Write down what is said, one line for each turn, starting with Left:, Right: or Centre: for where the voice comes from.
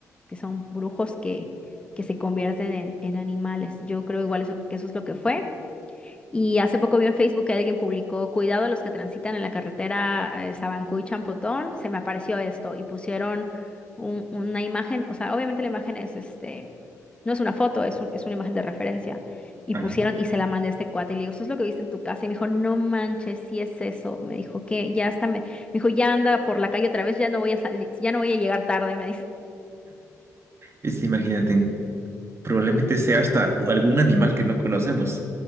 Left: que son brujos que, que se convierten en, en animales. Yo creo igual eso, que eso es lo que fue. Y hace poco vi en Facebook que alguien publicó, cuidado a los que transitan en la carretera eh, Sabancuy Champotón, se me apareció esto y pusieron un- una imagen, o sea, obviamente la imagen es este, no es una foto, es, un- es una imagen de referencia. Y
Right: Ándale.
Left: pusieron y se la mandé a este cuate y le digo, ¿esto es lo que viste en tu casa? Y me dijo, no manches, sí es eso. Me dijo que ya hasta me, me dijo, ya anda por la calle otra vez, ya no voy a salir, ya no voy a llegar tarde, me dice.
Right: Es, imagínate, probablemente sea hasta algún animal que no conocemos.